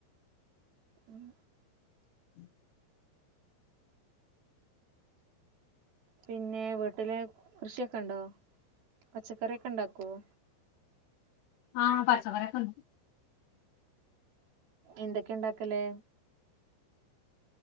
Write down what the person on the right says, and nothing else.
ഉം
പിന്നെ വീട്ടിലെ കൃഷിയൊക്കെ ഉണ്ടോ പച്ചക്കറി ഒക്കെ ഇണ്ടാക്കുവോ
എന്തൊക്കെയാ ഉണ്ടാക്കല്